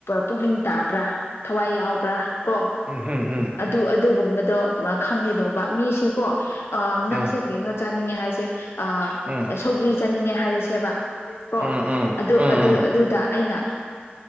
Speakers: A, on the left; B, on the right.
A: ꯄꯨꯛꯅꯤꯡ ꯇꯥꯕ꯭ꯔꯥ ꯊꯋꯥꯏ ꯌꯥꯎꯕ꯭ꯔꯥ ꯀꯣ
B: ꯎꯝ ꯍꯝ ꯍꯝ
A: ꯑꯗꯨ ꯑꯗꯨꯒꯨꯝꯕꯗꯣ ꯃꯥ ꯈꯪꯒꯗꯧꯕ ꯃꯤꯁꯦꯀꯣ
B: ꯎꯝ
A: ꯅꯪꯁꯦ ꯀꯩꯅꯣ ꯆꯥꯅꯤꯡꯉꯦ ꯍꯥꯏꯁꯦ ꯑ
B: ꯎꯝ
A: ꯁꯧꯒ꯭ꯔꯤ ꯆꯥꯅꯤꯡꯉꯦ ꯍꯥꯏꯔꯁꯦꯕ ꯑꯣ
B: ꯎꯝ
A: ꯑꯗꯨ
B: ꯎꯝ ꯎꯝ
A: ꯑꯗꯨ ꯑꯗꯨꯗ ꯑꯩꯅ